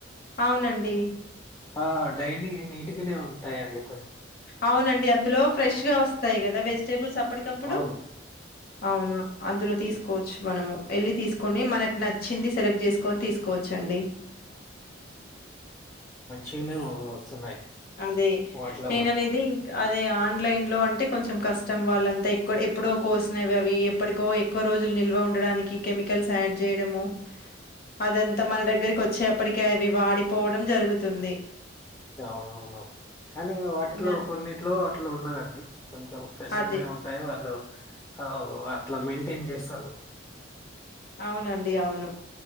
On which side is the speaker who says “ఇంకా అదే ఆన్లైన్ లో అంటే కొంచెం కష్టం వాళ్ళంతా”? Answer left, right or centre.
Left